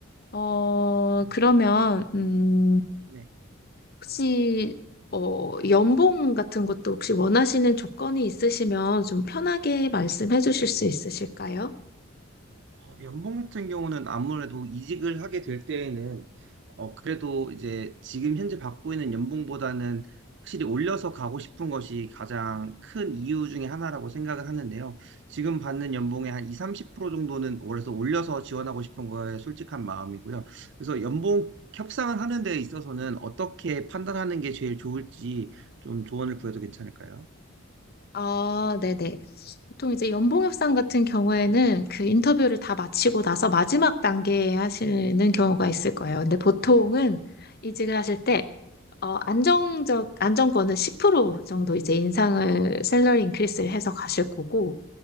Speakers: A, on the left; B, on the right.
A: 어,
B: 음,
A: 그러면, 음,
B: 네.
A: 혹시 어, 연봉 같은 것도 혹시 원하시는 조건이 있으시면 좀 편하게 말씀해 주실 수 있으실까요?
B: 어, 연봉 같은 경우는 아무래도 이직을 하게 될 때에는 어, 그래도 이제 지금 현재 받고 있는 연봉보다는 확실히 올려서 가고 싶은 것이 가장 큰 이유 중에 하나라고 생각을 하는데요. 지금 받는 연봉의 한 2, 30% 정도는 올해서 올려서 지원하고 싶은 거에 솔직한 마음이고요. 그래서 연봉 협상을 하는 데 있어서는 어떻게 판단하는 게 제일 좋을지 좀 조언을 구해도 괜찮을까요?
A: 아, 네네. 보통 이제 연봉 협상 같은 경우에는 그 인터뷰를 다 마치고 나서 마지막 단계에 하시는 경우가 있을 거예요. 근데 보통은 이직을 하실 때 어, 안정적 안정권은 10% 정도 이제 인상을 셀러리 인크리스를 해서 가실 거고